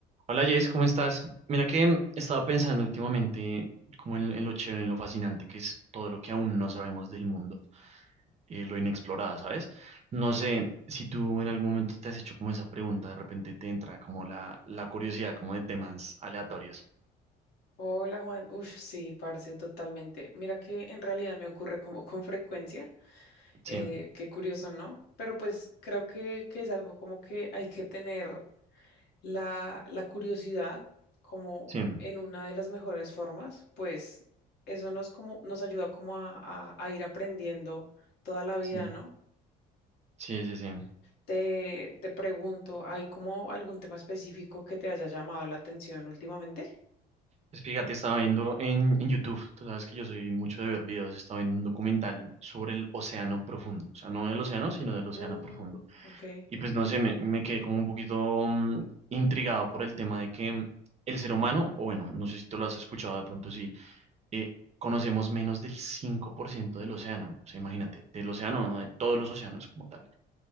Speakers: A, on the right; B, on the left.
A: Hola Jess, ¿cómo estás? Mira que estaba pensando últimamente como en, en lo chévere, en lo fascinante que es todo lo que aún no sabemos del mundo, eh, lo inexplorado, ¿sabes? No sé si tú en algún momento te has hecho como esa pregunta, de repente te entra como la, la curiosidad como de temas aleatorios.
B: Hola Juan, uff, sí, parce, totalmente. Mira que en realidad me ocurre como con frecuencia,
A: Sí,
B: eh, qué curioso, ¿no? Pero pues creo que, que es algo como que hay que tener la, la curiosidad como
A: sí,
B: en una de las mejores formas, pues eso nos, como, nos ayuda como a, a a ir aprendiendo toda la vida,
A: sí,
B: ¿no?
A: sí, sí, sí.
B: Te, te pregunto, ¿hay como algún tema específico que te haya llamado la atención últimamente?
A: Pues fíjate, estaba viendo en, en YouTube, tú sabes que yo soy mucho de ver videos, estaba viendo un documental sobre el océano profundo, o sea, no del océano, sino del océano
B: Mm,
A: profundo
B: ok.
A: Y pues no sé, me, me quedé como un poquito mm, intrigado por el tema de que mm, el ser humano, o bueno, no sé si tú lo has escuchado de pronto, sí, eh, conocemos menos del 5% del océano, o sea, imagínate, del océano, ¿no? de todos los océanos como tal.